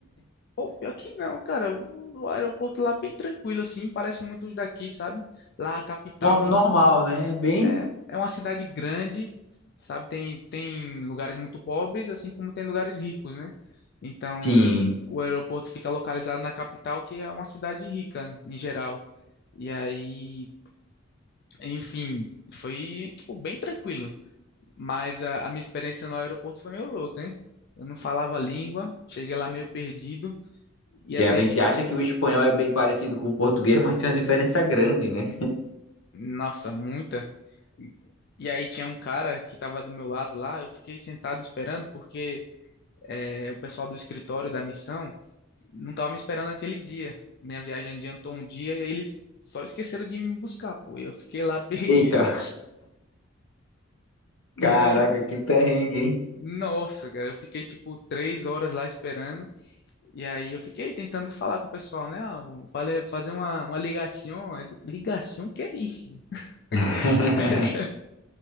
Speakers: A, on the left; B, on the left.
A: Pô, pior que não, cara. O o aeroporto lá é bem tranquilo, assim. Parece muito os daqui, sabe? Lá a capital
B: Norm-
A: em
B: Normal,
A: si.
B: né? Bem,
A: É, é uma cidade grande, sabe? Tem, tem lugares muito pobres, assim como tem lugares ricos, né? Então,
B: sim.
A: o aeroporto fica localizado na capital, que é uma cidade rica, em geral. E aí, enfim, foi, tipo, bem tranquilo. Mas a, a minha experiência no aeroporto foi meio louca, hein? Eu não falava a língua, cheguei lá meio perdido. Ia
B: E
A: ter...
B: a gente
A: ge-
B: acha que o espanhol é bem parecido com o português, mas tem uma diferença grande, né?
A: Nossa, muita... E aí tinha um cara que tava do meu lado lá, eu fiquei sentado esperando porque é, o pessoal do escritório da missão não estava me esperando aquele dia. Minha viagem adiantou um dia e aí eles só esqueceram de me buscar, pô. Eu fiquei lá <laughs> perdido
B: Eita,
A: e
B: caraca,
A: aí,
B: que perrengue, hein?
A: nossa, cara, eu fiquei tipo três horas lá esperando e aí eu fiquei tentando falar com o pessoal, né? Ah, vou fale- fazer uma, uma ligação, ligação, que é isso? <laughs>
B: <laughs>
A: Os caras